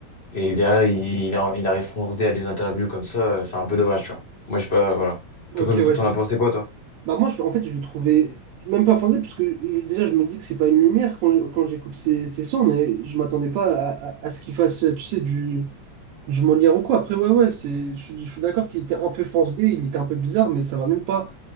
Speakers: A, on the left; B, on the right.
A: Et derrière, il, il, il arrive foncé à des interviews comme ça, euh, c'est un peu dommage, tu vois. Moi, je sais pas, voilà.
B: Ok,
A: Toi, T'en
B: ouais,
A: t'en as pensé quoi, toi?
B: Bah moi, je- en fait, je le trouvais même pas foncé parce que je- déjà, je me dis que c'est pas une lumière quand, je- quand j'écoute ces, ces sons, mais je m'attendais pas à, à- à ce qu'il fasse, tu sais, du, du Molière ou quoi. Après, ouais, ouais, c'est, je, suis je suis d'accord qu'il était un peu foncé il était un peu bizarre, mais ça m'a même pas